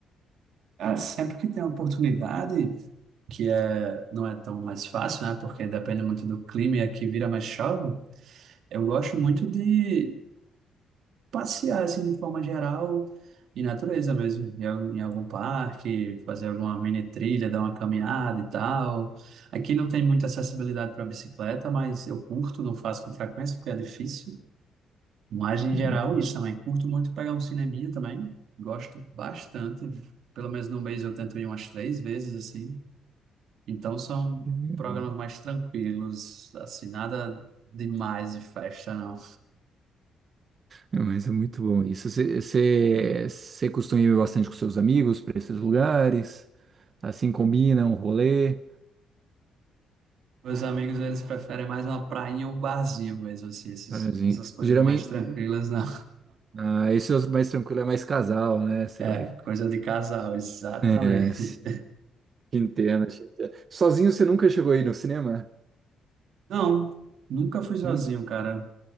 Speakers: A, on the right (about 70°); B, on the right (about 45°).
A: Cara, sempre que tem uma oportunidade, que é, não é tão mais fácil, né? Porque depende muito do clima e aqui vira mais chove. Eu gosto muito de passear assim de forma geral em natureza mesmo, em algum em algum parque, fazer alguma mini trilha, dar uma caminhada e tal. Aqui não tem muita acessibilidade para bicicleta, mas eu curto, não faço com frequência porque é difícil. Mas em
B: Legal,
A: geral isso também, curto muito pegar um cineminha também, gosto bastante. Pelo menos no mês eu tento ir umas três vezes assim. Então são
B: que legal.
A: programas mais tranquilos, assim, nada demais de festa não.
B: É, mas é muito bom isso. Você você costuma ir bastante com seus amigos para esses lugares? Assim combina um rolê?
A: Meus amigos, eles preferem mais uma praia e um barzinho mesmo, assim, esses-
B: Assim,
A: essas coisas
B: geralmente,
A: mais tranquilas, não.
B: ah, esse é o mais tranquilo, é mais casal, né? Você
A: É,
B: vai.
A: coisa de casal, exatamente.
B: É, sim, te entendo, te entendo. Sozinho você nunca chegou aí no cinema?
A: Não, nunca fui sozinho,
B: Nunca.
A: cara.